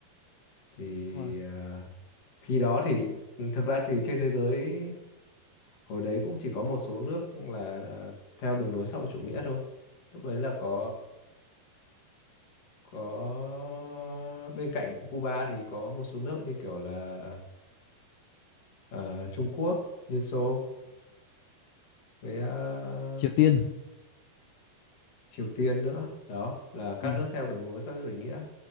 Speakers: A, on the left (about 50°); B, on the left (about 80°).
A: thì
B: đúng rồi.
A: à, khi đó thì ừ, thực ra thì trên thế giới hồi đấy cũng chỉ có một số nước là à, theo đường lối xã hội chủ nghĩa thôi lúc đấy là có có bên cạnh Cuba thì có một số nước như kiểu là ờ, Trung Quốc Liên Xô với ờ,
B: Triều Tiên.
A: Triều Tiên nữa đó là các
B: Ừ.
A: nước theo đường lối xã hội chủ nghĩa